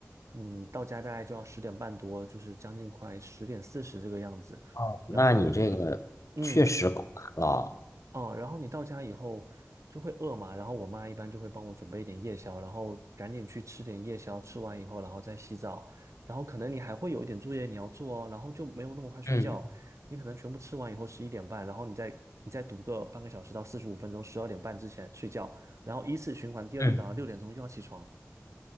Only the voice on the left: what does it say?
哦，那你这个确实够难了。
嗯
嗯。